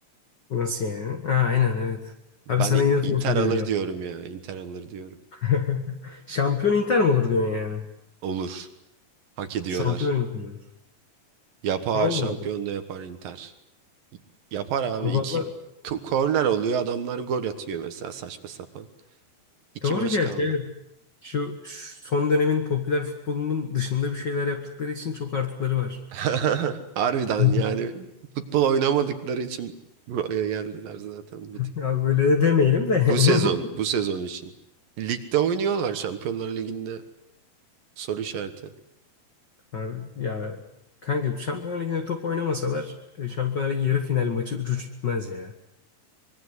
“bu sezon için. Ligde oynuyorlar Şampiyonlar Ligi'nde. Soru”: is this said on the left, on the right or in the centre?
Right